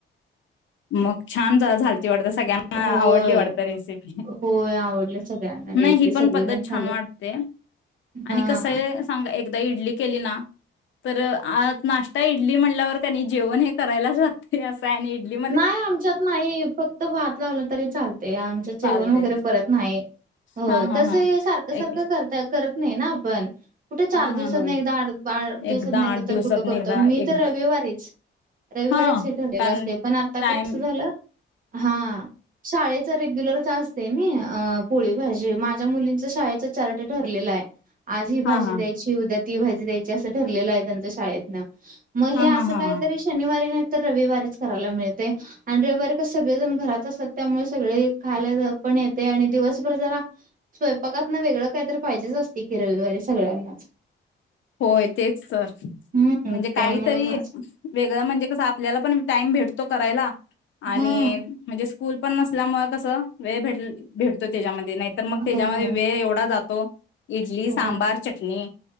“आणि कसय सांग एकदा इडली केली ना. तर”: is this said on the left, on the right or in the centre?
Left